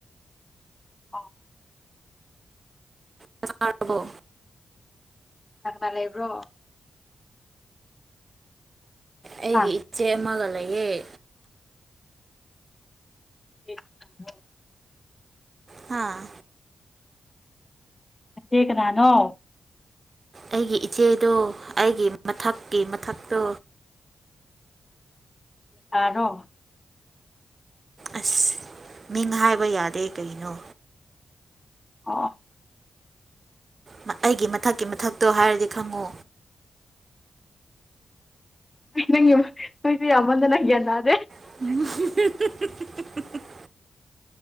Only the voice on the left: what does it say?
ꯑꯣ
ꯀꯅꯥ ꯀꯅꯥ ꯂꯩꯕ꯭ꯔꯣ?
ꯑꯥ
<unintelligible>
ꯅꯆꯦ ꯀꯅꯥꯅꯣ?
ꯂꯩꯁꯔꯣ?
ꯑꯣ ꯑꯣ꯫
<unintelligible> ꯅꯪꯒꯤ ꯌꯨꯝ ꯅꯣꯢꯁꯦ ꯌꯥꯝꯃꯟꯗꯅ ꯒ꯭ꯌꯥꯟ ꯇꯥꯗꯦ꯫